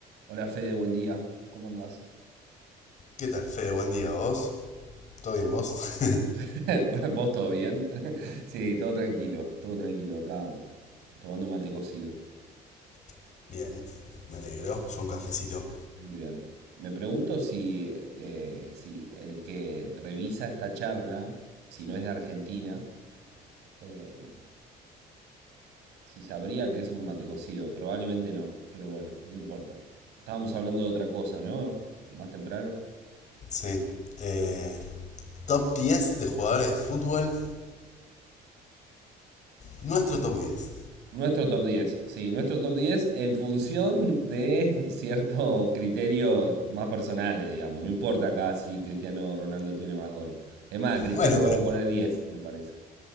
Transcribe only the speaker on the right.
Hola Fede, buen día. ¿Cómo andás?
<laughs> Bueno, ¿Vos todo bien? <laughs> Sí, todo tranquilo, todo tranquilo. Acá tomando un mate cocido.
Muy bien. Me pregunto si, eh, si el que revisa esta charla, si no es de Argentina, eh, si sabría que es un mate cocido. Probablemente no, pero bueno, no importa. Estábamos hablando de otra cosa, ¿no? Más temprano.
Nuestro top 10, sí, nuestro top 10 en función de <laughs> ciertos criterios más personales, digamos. No importa acá si Cristiano Ronaldo tiene más goles. Es más, a Cristiano
lo
vamos a poner 10, me parece.